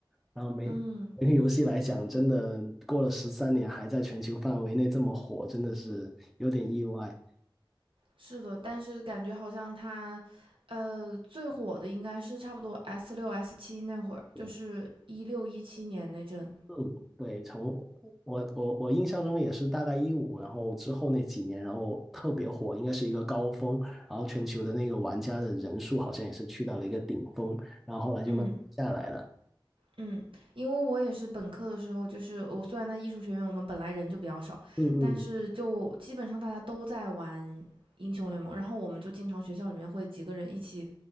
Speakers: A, in the centre; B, on the right.
A: 然后每每个游戏来讲，
B: 嗯，
A: 真的过了十三年还在全球范围内这么火，真的是有点意外。
B: 是的，但是感觉好像它，呃，最火的应该是差不多 S 六 S 七那会儿，
A: 对，
B: 就是一六一七年那阵，
A: 嗯，对，从我我我印象中也是大概一五，然后之后那几年，然后特别火，应该是一个高峰，然后全球的那个玩家的人数好像也是去到了一个顶峰，然后后来就慢慢下来了。
B: 嗯。嗯，因为我也是本科的时候，就是我虽然在艺术学院，我们本来人就比较少，
A: 嗯嗯，
B: 但是就基本上大家都在玩英雄联盟，然后我们就经常学校里面会几个人一起